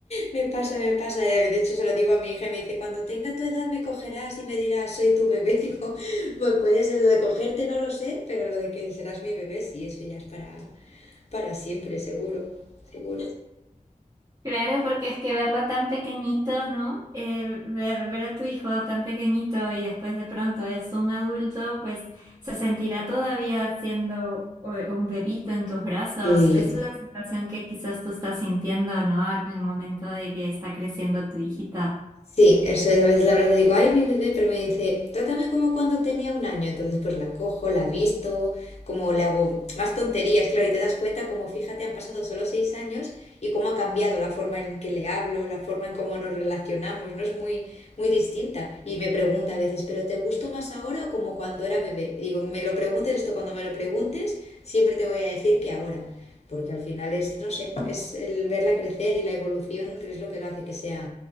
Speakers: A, on the left; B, on the right.
A: me pasa, me pasa. Y a veces- De hecho, se lo digo a mi hija y me dice, cuando tenga tu edad me cogerás y me dirás, soy tu bebé. <laughs> Digo, pues puede ser lo de cogerte, no lo sé, pero lo de que serás mi bebé, sí, eso ya es para, para siempre, seguro, seguro.
B: Claro, porque es que verlo tan pequeñito, ¿no? Eh, ver, ver a tu hijo tan pequeñito y después de pronto es un adulto, pues se sentirá todavía siendo eh, un bebito en tus brazos.
A: Sí,
B: Es la sensación que quizás tú estás sintiendo, ¿no? Al- En el momento de que está creciendo tu hijita.
A: Sí, eso es. A veces la abrazo y digo, ay, mi bebé, pero me dice, trátame como cuando tenía un año. Entonces, pues la cojo, la visto, como le hago más tonterías, claro, y te das cuenta como, fíjate, han pasado solo seis años y cómo ha cambiado la forma en que le hablo, la forma en cómo nos relacionamos, ¿no? Es muy, muy distinta. Y me pregunta a veces, ¿pero te gusto más ahora o como cuando era bebé? Y digo, me lo preguntes esto, cuando me lo preguntes, siempre te voy a decir que ahora porque al final es, no sé, es el verla crecer y la evolución, que es lo que lo hace que sea,